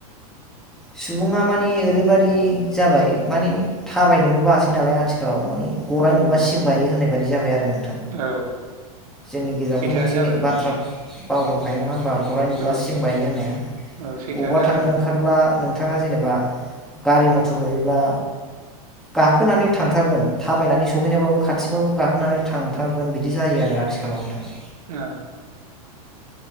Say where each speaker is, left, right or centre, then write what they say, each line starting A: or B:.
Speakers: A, in the centre; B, on the right.
A: सुबुङा माने ओरैबायादि जाबाय मानि थाबायनोनो बासै नालाय आथिखाल औ मानि गराइ
B: औ
A: नुबा
B: नंगौ
A: सिं
B: नोंथां
A: बायो होननाय बायदि जाबाय आरो नोंथां।
B: औ
A: जोंनि गेजेरावथ'
B: सैथोआनो
A: मोनसे
B: जाबाय नोंथां
A: बाथ्रा बाव दंखायो नङा होमबा गरायाइ नुब्ला
B: औ
A: सिं बायो होननाया
B: औ सैथोआनो
A: बबावबा थांनो
B: आरो नोंथां
A: ओंखारब्ला नोंथाङा जेनेबा गारि मथर नुयोब्ला गाखोनानै थांथारगोन थाबायनानै सहैनायबाबो खाथिबाबो गाखोनानै थांथारगोन बिदि जायो आरो। बे आथिखालावथार।
B: औ।